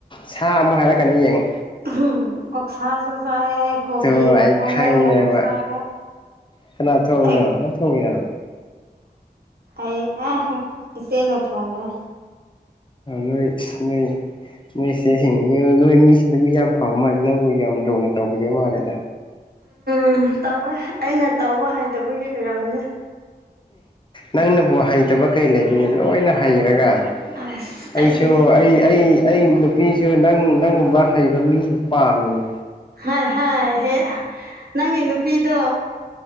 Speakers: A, on the left (about 30°); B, on the right (about 65°).
A: ꯁꯥ ꯑꯃꯨꯛ ꯍꯥꯏꯔꯛꯀꯅꯤ ꯌꯦꯡꯉꯨ
B: <unintelligible> ꯑꯣꯛꯁꯥꯁꯨ ꯆꯥꯏꯌꯦ ꯀꯣꯕꯤꯒ
A: ꯑꯗꯨꯣ ꯑꯩ
B: ꯈꯥꯃꯦꯟꯒꯁꯨ
A: ꯈꯪꯉꯦꯕ
B: ꯆꯥꯏꯌꯦ
A: ꯀꯅꯥ ꯊꯣꯡꯉꯤꯅꯣ
B: ꯑꯩ
A: ꯅꯪ ꯊꯣꯡꯉꯤꯔꯣ
B: ꯑꯩ ꯑꯦ ꯏꯆꯦꯅ ꯊꯣꯡꯕꯅꯦ
A: ꯅꯣꯏ ꯅꯣꯏ ꯅꯣꯏ ꯆꯦꯁꯦꯡ ꯅꯣꯏ ꯃꯤꯁ ꯑꯗꯨ ꯃꯤ ꯌꯥꯝ ꯐꯕ ꯃꯥꯜꯂꯦ ꯅꯪꯕꯨ ꯌꯥꯝ ꯂꯨꯅ ꯇꯧꯕꯤꯕ ꯃꯥꯜꯂꯦꯗ
B: ꯎꯝ ꯇꯧꯋꯦ ꯑꯩꯅ ꯇꯧꯕ ꯍꯩꯗꯕꯒꯤ ꯑꯣꯏꯔꯝꯅꯦ꯫
A: ꯅꯪꯅꯕꯨ ꯍꯩꯇꯕ ꯀꯩ ꯂꯩꯒꯅꯤ ꯂꯣꯏꯅ ꯍꯩꯔꯒ
B: ꯑꯁ
A: ꯑꯩꯁꯨ
B: ꯑꯩꯗꯤ
A: ꯑꯩ ꯑꯩ ꯅꯨꯄꯤꯁꯨ ꯅꯪ ꯅꯪꯒꯨꯝꯕ ꯍꯩꯕ ꯃꯤꯁꯨ ꯄꯥꯝꯃꯤꯅꯦ꯫
B: ꯍꯥꯏ ꯍ ꯍ ꯅꯪꯒꯤ ꯅꯨꯄꯤꯗꯣ